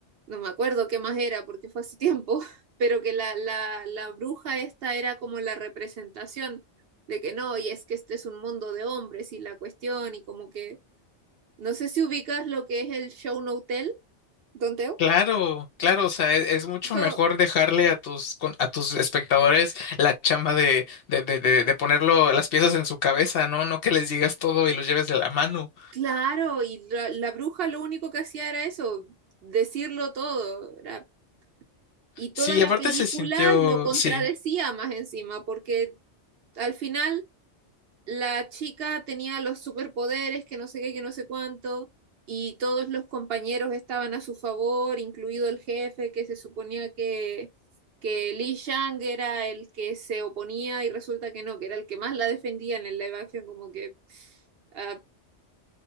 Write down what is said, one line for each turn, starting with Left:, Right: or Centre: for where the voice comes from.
Right: no me acuerdo qué más era porque fue hace tiempo, <laughs> pero que la, la, la bruja esta era como la representación de que no, y es que este es un mundo de hombres y la cuestión y como que, no sé si ubicas lo que es el show no hotel, Don Teo.
Left: Claro, claro, o sea, e- es, mucho
Right: Dijo,
Left: mejor dejarle a tus con- a tus espectadores la chamba de, de, de, de, de ponerlo las piezas en su cabeza, ¿no? No que les digas todo y los lleves de la mano.
Right: claro, y la, la bruja lo único que hacía era eso, decirlo todo, era Y
Left: Sí,
Right: toda
Left: y
Right: la
Left: aparte
Right: película
Left: se sintió,
Right: lo contradecía
Left: sí.
Right: más encima, porque al final la chica tenía los superpoderes, que no sé qué, que no sé cuánto, y todos los compañeros estaban a su favor, incluido el jefe, que se suponía que, que Li Shang era el que se oponía, y resulta que no, que era el que más la defendía en el live action, como que... ah,